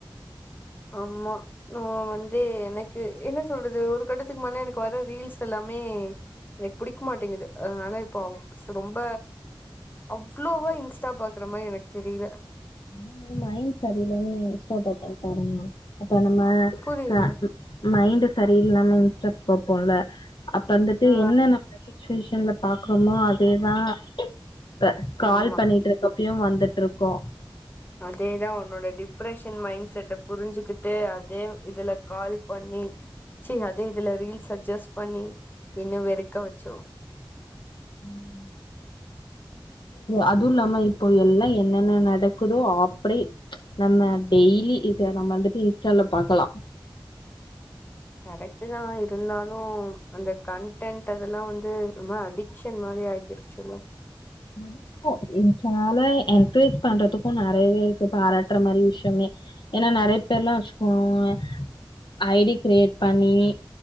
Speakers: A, on the left; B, on the left.
A: அம்மா ந வந்து எனக் கு என்ன சொல்றது ஒரு கட்டத்துக்கு மேல எனக்கு வர ரீல்ஸ் எல்லாமே எனக் புடிக் மாட்டேங்கிது அ அதுனால இப்போ ஸ் ரொம்ப அவ்ளோவா இன்ஸ்டா பாக்குற மாரி எனக் தெரிய்ல
B: மணி மூ மைண்ட் சரியில்ல இன்ஸ்டா பக்கோ போறங்க அப்ப நம்ம
A: புரியல
B: க மைண்டு சரியில்லாம இன்ஸ்ட்டா பப்போல்ல அப் அந்துட்டு
A: ஆ
B: என்ன நம்ம சிச்வேஷன்ல பாக்றோமோ அதேதா இப்ப கால்
A: ஆமா
B: பண்ணிட்ருக்கப்யு வந்துட்ருக்கு
A: அதேதா உன்னோட டிப் டிப்ரஷன் மைண்ட் செட்ட புரிஞ்சுகிட்டு அதே இதுல கால் பண்ணி ச்சீ அதே இதுல ரீல்ஸ் அஜஸ்ட் பண்ணி இன்னு வெறுக்க வச்சீ
B: ம் அதுவு இல்லாம இப்போ எல்லா என்னென்ன நடக்குதோ அப்டியே நம்ம டெய்லி இத நம்ம வந்துட்டு இன்ஸ்டால பாக்கலா
A: கரெக்ட் தா இருந்தாலு அந்த கன்டென்ட் அதெல்லா வந்து ஒருமாறி அடிக்ஷன் மாரி ஆய் திருச்சில்ல
B: அட இப்போ இன்ஸ்டால என்கரேஜ் பண்றதுக்கு நெறையவே இருக்கு பாராட்ற மாரி விஷியமே ஏனா நெறைய பேர்ல்லா வச்சுக்கோங்க ஐடி கிரியேட் பண்ணி